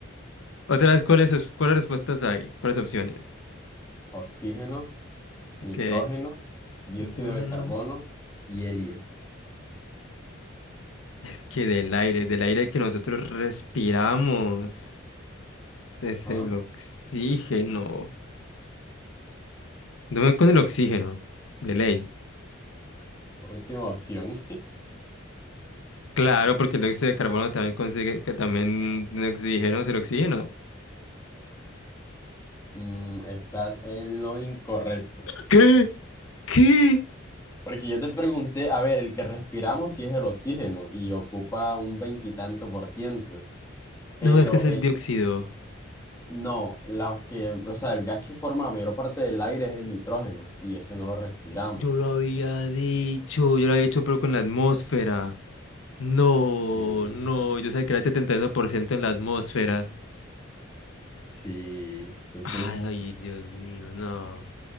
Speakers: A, on the left; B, on the left.
A: Otra vez, ¿cuáles, cuáles respuestas hay? ¿Cuáles opciones?
B: Oxígeno, nitrógeno,
A: Ok.
B: dióxido
A: Nitrógeno.
B: de carbono y helio.
A: Es que del aire, del aire que nosotros respiramos, es
B: Ajá,
A: el oxígeno. Dame con el oxígeno, de ley.
B: Última opción.
A: Claro, porque el dióxido de carbono también consigue que también tiene oxígeno, es el oxígeno.
B: Mm, estás en lo incorrecto.
A: ¿Qué? ¿Qué?
B: Porque yo te pregunté, a ver, el que respiramos sí es el oxígeno y ocupa un veintitanto por ciento, pero
A: No, es que es
B: el...
A: el dióxido.
B: No, los que, o sea, el gas que forma la mayor parte del aire es el nitrógeno y ese no lo respiramos.
A: Yo lo había dicho, yo lo había dicho, pero con la atmósfera. No,
B: Sí,
A: no, yo sabía que era el 71% en la atmósfera.
B: sí, entonces,
A: Ay, Dios mío, no.